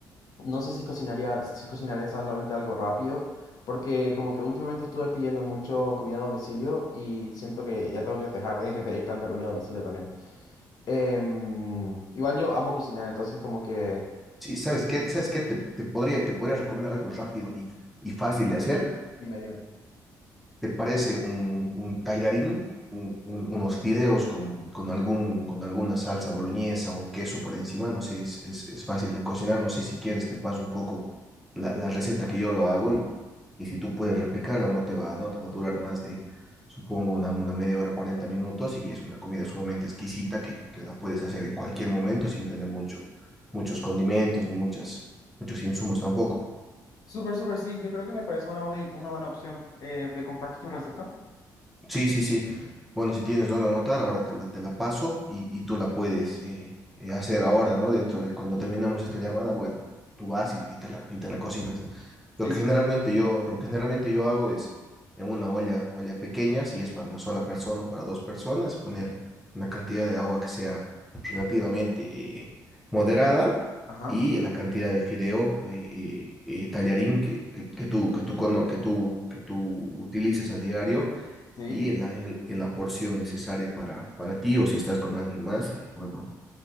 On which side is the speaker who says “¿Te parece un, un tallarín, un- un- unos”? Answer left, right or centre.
Centre